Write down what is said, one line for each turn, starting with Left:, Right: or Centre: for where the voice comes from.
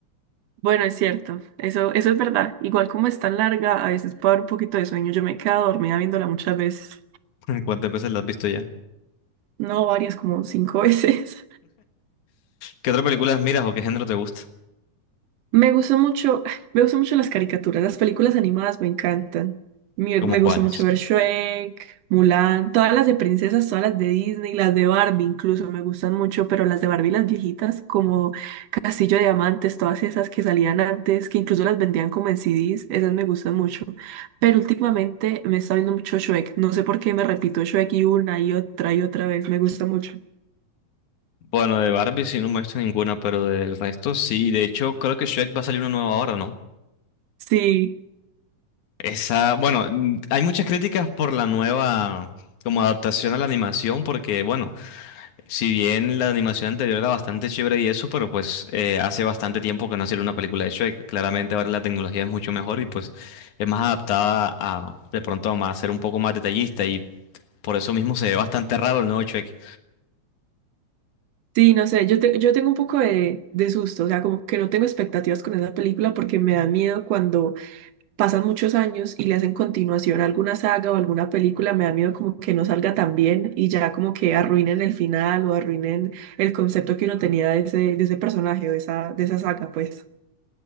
Right: Bueno, es cierto, eso, eso es verdad. Igual como es tan larga, a veces puede haber un poquito de sueño. Yo me he quedado dormida viéndola muchas veces.
Left: <laughs> ¿Cuántas veces la has visto ya?
Right: No varias, como cinco <laughs> veces.
Left: ¿Qué otras películas miras o qué género te gusta?
Right: Me gusta mucho, me gustan mucho las caricaturas, las películas animadas me encantan. Me,
Left: ¿Como
Right: me
Left: cuáles?
Right: gusta mucho ver Shrek, Mulan, todas las de princesas, todas las de Disney, las de Barbie incluso me gustan mucho, pero las de Barbie, las viejitas, como Castillo de Diamantes, todas esas que salían antes, que incluso las vendían como en CDs, esas me gustan mucho. Pero últimamente me está viendo mucho Shrek, no sé por qué me repito Shrek y una y otra y otra vez, me gusta mucho.
Left: Bueno, de Barbie sí no me he visto ninguna, pero del resto sí. De hecho, creo que Shrek va a salir una nueva ahora, ¿no?
Right: Sí,
Left: Esa, bueno, mm, hay muchas críticas por la nueva como adaptación a la animación, porque bueno, si bien la animación anterior era bastante chévere y eso, pero pues eh, hace bastante tiempo que no hacía una película de Shrek. Claramente ahora la tecnología es mucho mejor y pues es más adaptada a de pronto a más, ser un poco más detallista y Por eso mismo se ve bastante raro el nuevo Shrek.
Right: sí, no sé, yo, te- yo tengo un poco de, de susto, o sea, como que no tengo expectativas con esa película porque me da miedo cuando pasan muchos años y le hacen continuación a alguna saga o alguna película, me da miedo como que no salga tan bien y ya como que arruinen el final o arruinen el concepto que uno tenía de ese, de ese personaje o de esa, de esa saga, pues.